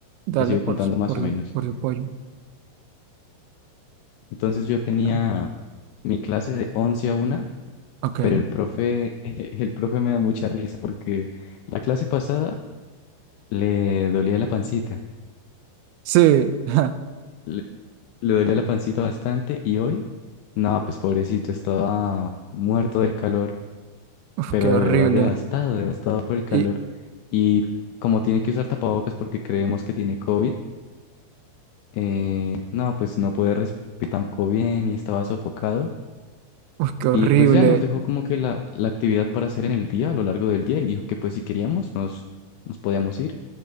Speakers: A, on the right (about 80°); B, on the left (about 85°).
A: dale
B: Te sigo
A: por,
B: contando
A: su-
B: más
A: por
B: o
A: su,
B: menos.
A: por su pollo.
B: Entonces yo tenía
A: Ah,
B: mi clase de 11 a una,
A: Ok.
B: pero el profe, <laughs> el profe me da mucha risa porque la clase pasada le dolía la pancita.
A: Sí. <laughs>
B: Le, le dolía la pancita bastante y hoy, no, pues pobrecito, estaba muerto del calor.
A: Uf,
B: pero
A: qué
B: de
A: horrible.
B: verdad devastado, devastado por el calor.
A: Y,
B: Y como tiene que usar tapabocas porque creemos que tiene COVID, eh, no, pues no puede respirar tampoco bien y estaba sofocado.
A: uf, qué horrible.
B: Y pues ya nos dejó como que la, la actividad para hacer en el día, a lo largo del día, y dijo que pues si queríamos nos, nos podíamos ir